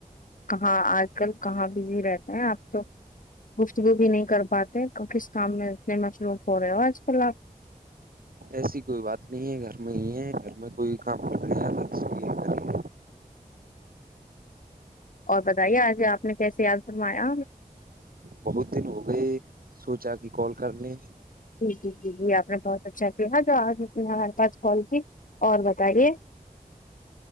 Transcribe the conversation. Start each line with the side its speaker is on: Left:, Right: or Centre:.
Left: کہاں آج کل کہاں بزی رہتے ہیں آپ لوگ گفتگو بھی نہیں کر پاتے تو کس کام میں اتنے مشروف ہو رہے ہو آج کل آپ
Right: ایسی کوئی بات نہیں ہے گھر میں ہی ہے گھر میں کوئی کام کر رہے ہیں نہیں کر ہی
Left: اور بتائیے آج آپ نے کیسے یاد فرمایا
Right: بہت دن ہو گئے سوچا کی کال کر لے
Left: جی جی جی جی آپ نے بہت اچھا کیا جو آ نے ہمارے پاس کال کی اور بتائیے